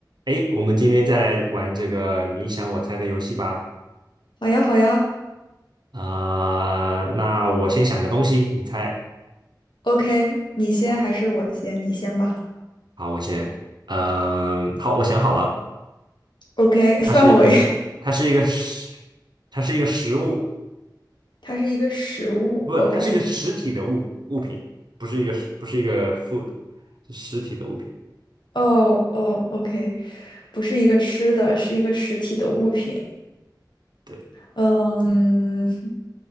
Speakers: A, on the right; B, on the left.
A: 哎，我们今天再来玩这个你想我猜的游戏吧。
B: 好呀，好呀
A: 呃，那我先想个东西，你猜。
B: ，OK，你先还是我先？
A: 好，
B: 你先吧。
A: 好，我先。嗯、好，我想好了，
B: OK，<laughs> 范围，
A: 它是一个，它是一个食，它是一个食物，
B: <laughs> 它是一个食物。
A: 不，
B: OK，
A: 它是一个实体的物物品，不是一个，不是一个 food，是实体的物品。
B: 哦哦，OK，不是一个吃的，是一个实体的物品。
A: 对，
B: 嗯，